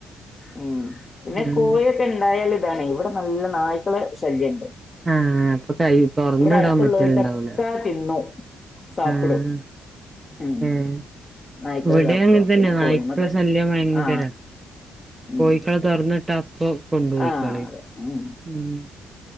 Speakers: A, on the left; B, on the right.
A: ഉം പിന്നെ
B: ആഹ്
A: കോഴിയൊക്കെ ഇണ്ടായാലും താണേ ഇവിടെ നല്ല നായ്ക്കള ശല്യെണ്ട്.
B: ആഹ് അപ്പൊ കൈ തൊറന്നു വിടാൻ
A: അടുത്തുള്ളവരുടെയൊക്കെ
B: പറ്റലുണ്ടാവൂലാല്ലോ.
A: തിന്നു സാപ്പിടും
B: ആഹ്
A: ഉം
B: ഏഹ്
A: നായ്ക്കള്
B: ഇവിടേം
A: സാപ്പിടും
B: അങ്ങനെ
A: അപ്പൊ
B: തന്നെയ
A: പിന്നെ
B: നായ്ക്കടെ
A: കോഴിമക്ക്
B: ശല്യം ഭയങ്കരാ.
A: ആ ഉം
B: കോഴിക്കളെ തൊറന്ന് വി ട്ടപ്പൊ കൊണ്ടുപോയിക്കളയും
A: ആ അതെ ഉം
B: ഉം.